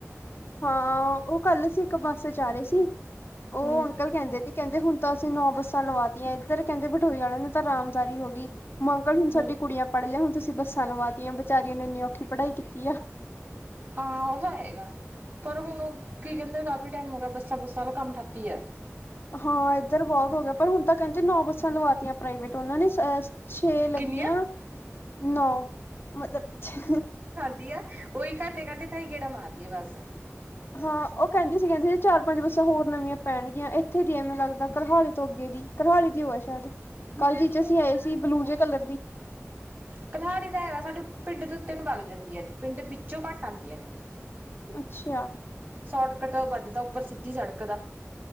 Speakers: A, on the left; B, on the right.
A: ਹਾਂ ਉਹ ਕੱਲ ਸੀ ਇੱਕ ਬੱਸ ਚ ਆ ਰਹੇ ਸੀ ਉਹ
B: ਹੂੰ
A: ਅੰਕਲ ਕਹਿੰਦੇ ਸੀ ਕਹਿੰਦੇ ਹੁਣ ਤਾਂ ਅਸੀਂ ਨੌ ਬੱਸਾਂ ਲਵਾਤੀਆਂ ਇੱਧਰ ਕਹਿੰਦੇ ਬਠੋਈ ਵਾਲੇ ਨੇ ਤਾਂ ਆਾਮਦਾਰੀ ਹੋ ਗਈ <unintelligible> ਹੁਣ ਸਾਡੀ
B: ਹੂੰ
A: ਕੁੜੀਆਂ ਪੜ੍ਹ ਲਿਆ ਹੁਣ ਤੁਸੀਂ ਬੱਸਾਂ ਲਵਾਤੀਆਂ ਵਿਚਾਰੀਆਂ ਨੇ ਇੰਨੀ ਔਖੀ ਪੜ੍ਹਾਈ ਕੀਤੀ ਆ
B: ਹਾਂ ਉਹ ਤਾਂ ਹੈਗਾ ਪਰ ਹੁਣ ਉਹ ਕੀ ਕਹਿੰਦੇ ਕਾਫੀ ਟਾਈਮ ਹੋ ਗਿਆ ਬੱਸਾਂ ਬੁੱਸਾਂ ਵਾਲਾ ਕੰਮ ਠੱਪੀ ਆ
A: ਹਾਂ ਇੱਧਰ ਬਹੁਤ ਹੋ ਗਿਆ ਪਰ ਹੁਣ ਤਾਂ ਕਹਿੰਦੇ ਨੌ ਬੱਸਾਂ ਲਵਾਤੀਆਂ ਪ੍ਰਾਈਵੇਟ ਉਹਨਾਂ ਨੇ ਛੇ ਲੱਗੀਆਂ
B: ਕਿੰਨੀਆਂ
A: ਨੌ ਮਤਲਬ ਛੇ
B: ਦੀ ਆ ਉਹੀ ਘਾਟੇ ਘਾਟੇ ਥਾਈ ਗੇੜਾ ਮਾਰਦੀ ਆ ਬਸ
A: ਹਾਂ ਉਹ ਕਹਿੰਦੀ ਸੀ ਕਹਿੰਦੀ ਸੀ ਚਾਰ ਪੰਜ ਬੱਸਾਂ ਹੋਰ ਨਵੀਆਂ ਪੈਣਗੀਆਂ ਇੱਥੇ ਦੀ ਐਵੇਨੂੰ ਲੱਗਦਾ ਕਰਹਾਲੀ ਤੋਂ ਅੱਗੇ ਦੀ ਕਰਹਾਲੀ ਦੀ ਹੋ ਹੈ ਸ਼ਾਇਦ ਕਲ ਜ਼ੀਚ ਅਸੀਂ ਆਏ ਸੀ ਬਲੂ ਜਿਹੇ ਕਲਰ ਦੀ
B: ਕਰਹਾਲੀ ਦਾ ਹੈਗਾ ਸਾਡੇ ਪਿੰਡ ਦੇ ਉੱਤੇ ਨੂੰ ਬਗ ਜਾਂਦੀ ਆਂ ਨੇ ਪਿੰਡ ਵਿੱਚੋਂ ਘੱਟ ਆਉਂਦੀਆਂ ਨੇ
A: ਅੱਛਾ
B: ਸ਼ੋਟਕੱਟ ਵੱਜਦਾ ਉੱਪਰ ਸਿੱਧੀ ਸੜਕ ਦਾ